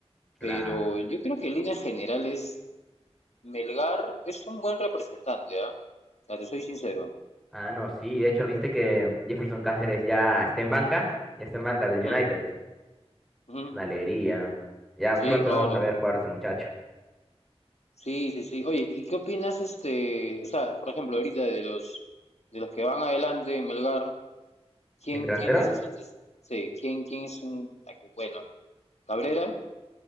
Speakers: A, in the centre; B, on the left.
A: claro.
B: Pero yo creo que en líneas generales Melgar es un buen representante, ¿ah? O sea, te soy sincero.
A: Ah, no, sí, de hecho, viste que Jefferson Cáceres ya está en banca, ya está en banca del
B: Ujú,
A: United.
B: ujú.
A: Es una alegría. Ya
B: Sí,
A: pronto
B: claro.
A: vamos a ver jugar a ese muchacho.
B: Sí, sí, sí. Oye, ¿y qué opinas este, o sea, por ejemplo, ahorita de los de los que van adelante en Melgar, ¿quién
A: Mis delanteros,
B: quién dices que es- sí, quién quién es un ah, qué bueno? Cabrera.